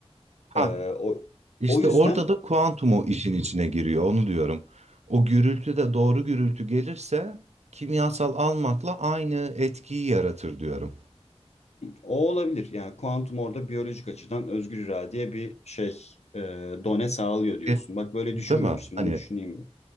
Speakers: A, on the right; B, on the left.
A: Ha.
B: Ee, o,
A: İşte
B: o yüzden
A: orada da kuantum o işin içine giriyor. Onu diyorum. O gürültü de doğru gürültü gelirse kimyasal almakla aynı etkiyi yaratır diyorum.
B: o olabilir. Yani kuantum orada biyolojik açıdan özgür iradeye bir şey e, done sağlıyor diyorsun.
A: E,
B: Bak böyle
A: Değil
B: düşünmemiştim.
A: mi? Hani
B: Bunu düşüneyim mi?